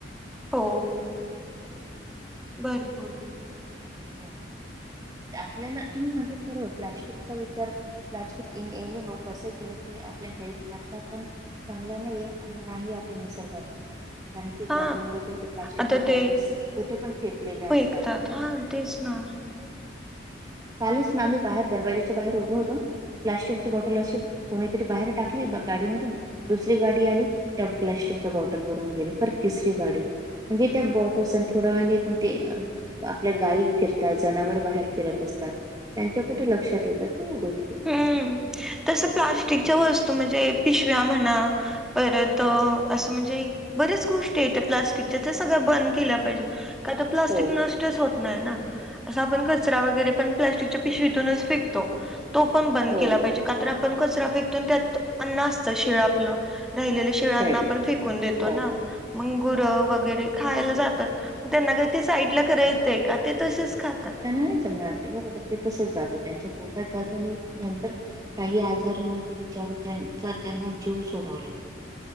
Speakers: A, in the centre; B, on the right.
A: हो भरपूर
B: हो आपल्याला तुम्ही म्हणतात ते बरोबर प्लास्टिकचा विचार, प्लास्टिक एऊ कस केलं तरी आपल्या हेल्थ करता पण चांगलं नाहीये आणि नाही आपले निसर्गा करता. कारण की
A: हा
B: जमिनीवरच्या प्लास्टिकच्या
A: आता ते
B: बॉटल्स कुठे पण फेकलेले असतात
A: फेकतात
B: ते
A: हा तेच ना
B: कालच ना आम्ही बाहेर दरवाजाच्या बाहेर उभे होतो. प्लास्टिकची बॉटल अशी कोणीतरी बाहेर टाकली गाडी मधून दुसरी गाडी आली त्या प्लास्टिकच्या बॉटल वरून गेली परत तिसरी गाडी म्हणजे त्या बॉटल्स आणि थोड्या वने ते आपल्या गायी फिरतात जनावर बाहेर फिरत असतात त्यांच्या कुठे लक्षात येतात ना या गोष्टी
A: हम्म तस प्लास्टिकच्या वस्तू म्हणजे पिशव्या म्हणा परत असं म्हणजे बरच गोष्टी येतात. प्लास्टिकच्या ते सगळ बंद केलं पाहिजे का तर प्लास्टिक
B: हो
A: नष्टच होत नाही ना ् कचरा वगैरे
B: नाही.
A: पण प्लास्टिकच्या पिशवीतूनच फेकतो तो पण बंद
B: हो
A: केला पाहिजे. का तर आपण आपण कचरा फेकतो न त्यात अन्न असत शिळं आपल राहिलेलं शिळांना
B: राईट
A: पण फेकून देतो
B: हो
A: ना मंगुरं वगैरे खायला जातात त्यांना काही ते साईडला करायं का ते तसेच खातात.
B: त्यांना नाही जमणार ते बरोबर ते तसच जात त्यांच्या पोटात जात आणि नंतर काही आजार होऊन ते बिचार त्यांचा त्यांना जीव सोडावा लागतो त्यां